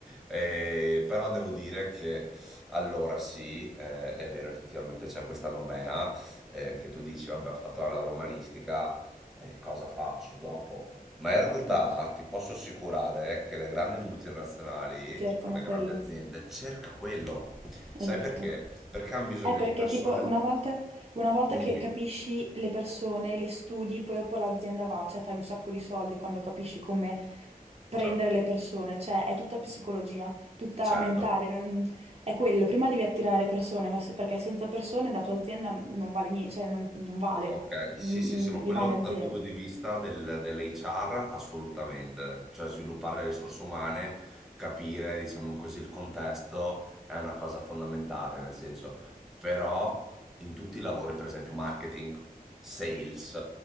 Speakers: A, in the centre; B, on the right.
A: Eh, però devo dire che allora sì, eh, è vero, effettivamente c'è questa nomea eh, che tu dici, vabbè, ho fatto la laurea umanistica, eh, cosa faccio dopo? Ma in realtà
B: sì, sì, sì.
A: ti posso assicurare che le grandi multinazionali,
B: Cercano
A: con le
B: quello.
A: grandi aziende, cerca quello.
B: Esatto.
A: Sai perché? Perché hanno bisogno
B: È perché
A: di persone.
B: tipo una volta, una volta
A: Dimmi,
B: che
A: dimmi.
B: capisci le persone, le studi, poi dopo l'azienda va, cioè fai un sacco di soldi quando capisci come prendere
A: Certo.
B: le persone, cioè è tutta psicologia, tutta
A: Certo.
B: mentale, non- è quello, prima devi attirare le persone, ma se- perché senza persone la tua azienda non vale niente, cioè non, non vale,
A: Ok,
B: ri-
A: sì, sì, sì, ma
B: rimane
A: quello
B: a
A: dal
B: zero.
A: punto di vista del, dell'HR assolutamente, cioè sviluppare le risorse umane, capire, diciamo così, il contesto è una cosa fondamentale, nel senso, però in tutti i lavori, per esempio marketing, sales,